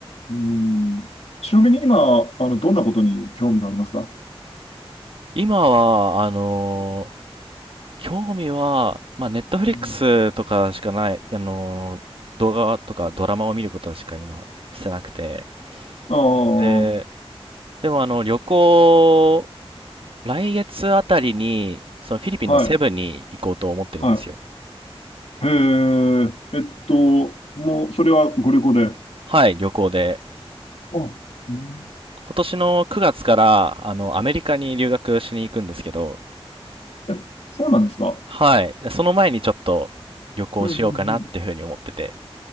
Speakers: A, on the left (about 80°); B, on the right (about 60°).
A: うん。ちなみに今、あの、どんなことに興味がありますか
B: 今は、あの、興味は、まあ、ネットフリックスとかしかない、
A: うん、
B: あの、動画とかドラマを見ることしか今してなくて。
A: ああ、
B: で、でもあの、旅行、来月あたりに、そのフィリピンのセブンに行こうと思ってるんですよ。
A: はい、はい。へえ、えっと、もう、それはご旅行で。
B: はい、旅行で。
A: あ、うん、
B: 今年の9月から、あの、アメリカに留学しに行くんですけど、
A: え、そうなんですか
B: はい。その前にちょっと旅行しようかなっていうふうに思ってて。
A: うん、うん、